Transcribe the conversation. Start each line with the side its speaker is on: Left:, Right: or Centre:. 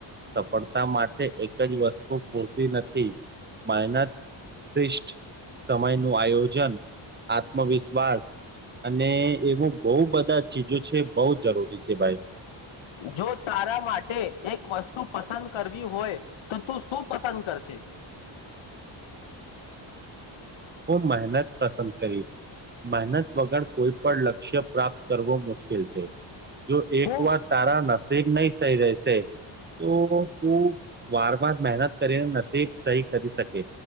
Right: સફળતા માટે એક જ વસ્તુ પૂરતી નથી, માઇનસ શિષ્ટ, સમય નું આયોજન, આત્મવિશ્વાસ અને એવું બોઉ બધા ચીજો છે, બોઉ જરૂરી છે ભાઈ.
Left: જો તારા માટે એક વસ્તુ પસંદ કરવી હોય, તો તું શું પસંદ કરશે? <inaudible>
Right: હું મેહનત પસંદ કરીશ. મેહનત વગર કોઈ પણ લક્ષ્ય પ્રાપ્ત કરવું મુશ્કિલ છે. જો એક
Left: હું
Right: વાર તારા નસીબ નઈ સહી રહેશે, તો તું વાર વાર મેહનત કરીને નસીબ સહી કરી સકે,